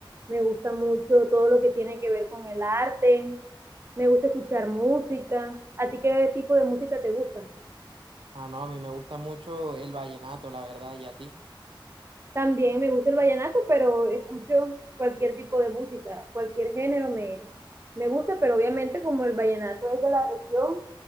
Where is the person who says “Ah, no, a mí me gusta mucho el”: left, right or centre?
Right